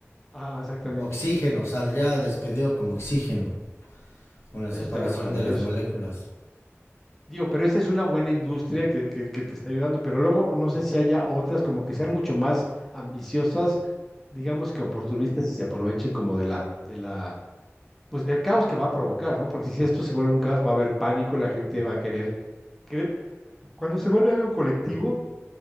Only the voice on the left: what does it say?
Oxígeno, saldría despedido como oxígeno, con la
separación
de las moléculas.